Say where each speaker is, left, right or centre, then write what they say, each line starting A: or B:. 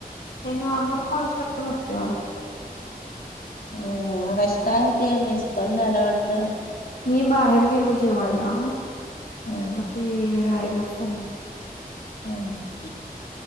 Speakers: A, on the left (about 85°); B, on the left (about 70°).
A: हे नॉर्मल कॉल करतो दुसरी एवढत.
B: हम् मग अ काय आहे ते मिसकॉल झाला वाटतं.
A: मी बाहेर गेलो जेवायला
B: हम्म
A: मग ते राहिलच आणि
B: हम